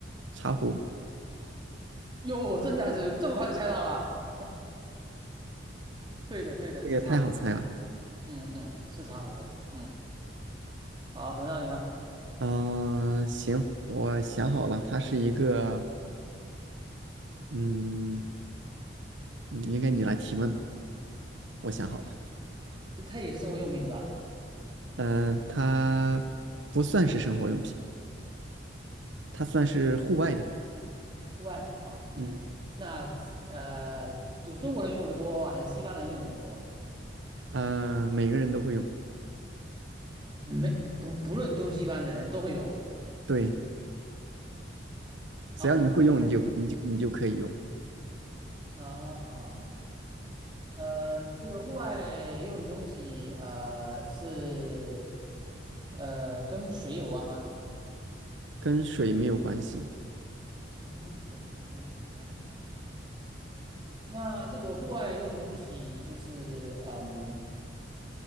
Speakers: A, on the right; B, on the right.
A: 茶壶？
B: 哟，这下是这么快就猜到了，<laughs> 对的，对的，
A: 这个也太好猜了。
B: 是茶壶，嗯嗯，是茶壶，嗯，好，轮到你了，
A: 嗯、行，我想好了，它是一个，嗯，嗯应该你来提问吧，我想好了。
B: 它也是生活用品是吧？
A: 嗯、它不算是生活用品，它算是户外的。
B: 户外的，好，嗯，
A: 嗯，
B: 那呃，就是中国人用的多还是西方人用的更多？
A: 呃，每个人都会用，
B: 没，不不论东西方的人都会有，
A: 对，只要你会用，
B: 然后在户
A: 你就会，你就你就可以用，
B: 外啊。呃，这个户外用的东西，呃，是呃跟水有关吗？
A: 跟水没有关系。
B: 跟水没有关系。那这个户外用的东西，就是嗯，